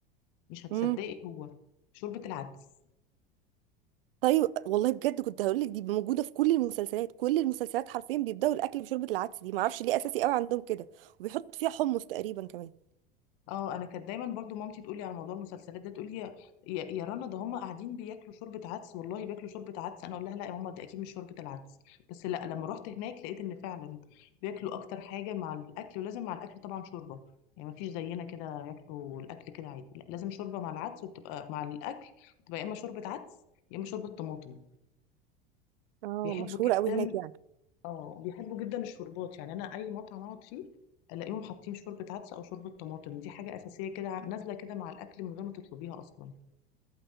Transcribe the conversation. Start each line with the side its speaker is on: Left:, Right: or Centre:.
Left: مش هتصدقي
Right: امم
Left: هو شوربة العدس
Right: طيب والله بجد كنت هقول لك دي موجودة في كل المسلسلات كل المسلسلات حرفيا بيبدأوا الاكل بشوربة العدس دي معرفش ليه اساسي قوي عندهم كده وبيحط فيها حمص تقريبا كمان
Left: اه انا كانت دايما برضو مامتي تقولي على موضوع المسلسلات ده تقولي يا يا يا رنا ده هم قاعدين بياكلوا شوربه عدس والله بياكلوا شوربه عدس انا اقول لها لا يا ماما دي اكيد مش شوربه العدس بس لا لما رحت هناك لقيت ان فعلا بياكلوا اكتر حاجه مع الاكل ولازم مع الاكل طبعا شوربه يعني ما فيش زينا كده ياكلوا الاكل كده عادي لا لازم شوربه مع العدس وبتبقى مع الاكل بتبقى يا اما شوربه عدس يا اما شوربه طماطم
Right: اه
Left: بيحبوا
Right: مشهورة
Left: جدا
Right: قوي هناك يعني
Left: اه بيحبوا جدا الشوربات يعني انا اي مطعم اقعد فيه الاقيهم حاطين شوربه عدس او شوربه طماطم دي حاجه اساسيه كده ع- نازله كده مع الاكل من غير ما تطلبيها اصلا